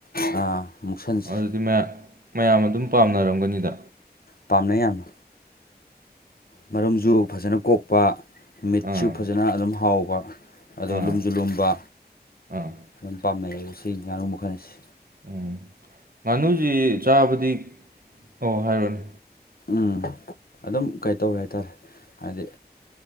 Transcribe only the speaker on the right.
ꯑꯗꯨꯗꯤ ꯃꯌꯥꯝ ꯃꯌꯥꯝ ꯑꯗꯨꯝ ꯄꯥꯝꯅꯔꯝꯒꯅꯤꯗ
ꯑꯥ
ꯑꯥ
ꯑꯥ
ꯎꯝ ꯉꯥꯅꯨꯁꯤ ꯆꯥꯕꯗꯤ ꯑꯣ ꯍꯥꯏꯔꯑꯣꯅꯦ